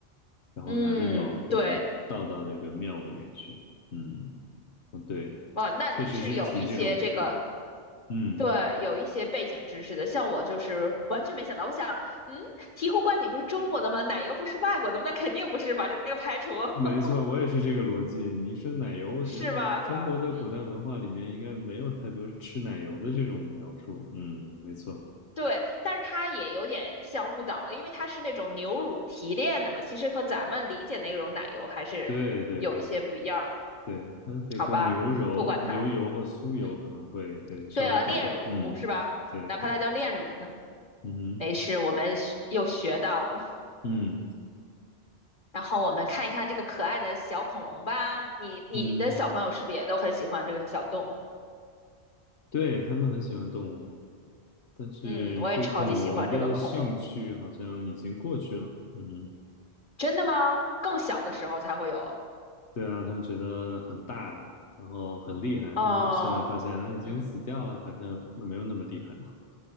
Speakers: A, on the left (about 80°); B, on the left (about 40°).
A: 然后拿着暖壶倒到那个庙里面去。
B: 嗯，对，
A: 嗯，嗯，对，
B: 哇，那你是有一些这个，
A: 确实是提这种壶。嗯。
B: 对，有一些背景知识的。像我就是完全没想到，我想，嗯，醍醐灌顶不是中国的吗？奶油不是外国的吗？那肯定不是吧，这个排除 <laughs>
A: 没错，我也是这个逻辑。你一说奶油，我觉得中国的古代文化里面应该没有太多吃奶油的这种描述。
B: 是吧？是吧？嗯，
A: 嗯，没错，
B: 对。但是它也有点像误导了，因为它是那种牛乳提炼的嘛，其实和咱们理解那种奶油还是有一些不一样的。
A: 对对对对，它可以说牛油、
B: 好吧，不管它，
A: 牛油或酥油可能会对稍微好点儿嗯，
B: 嗯，对啊，炼乳是吧？
A: 对对，
B: 哪怕它叫炼乳呢，
A: 嗯哼，
B: 没事，我们学又学到了。
A: 嗯
B: 然后我们看一看这个可爱的小恐龙吧。你你的小朋友是不是也都很喜欢这个小动物？
A: 嗯，对，他们很喜欢动物，但是对恐龙的兴趣好像已经过去了。
B: 嗯，我也超级喜欢这个恐龙。
A: 嗯哼。
B: 真的吗？更小的时候才会有
A: 对啊，他们觉得很大，然后很厉害，
B: 哦。
A: 但是现在发现啊，已经死掉了，
B: 嗯，
A: 反正又没有那么厉害了。